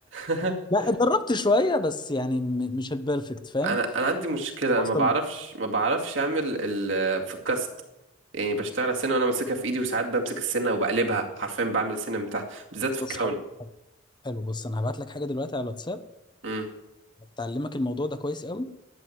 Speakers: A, on the right; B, on the left.
A: <laughs>
B: لا اتدربت شويه بس يعني م- مش البيرفكت فاهم
A: انا انا عندي مشكله انا
B: بوصل
A: ما بعرفش ما بعرفش اعمل ال... في الكاست يعني بشتغل على السنه وانا ماسكها في ايدي وساعات بمسك السنه وبقلبها حرفيا بعمل السنه من تحت بالذات في
B: بص
A: الكراون
B: حلو حلو، بص انا هبعت لك حاجه دلوقتي على الواتساب
A: امم
B: تعلمك الموضوع ده كويس قوي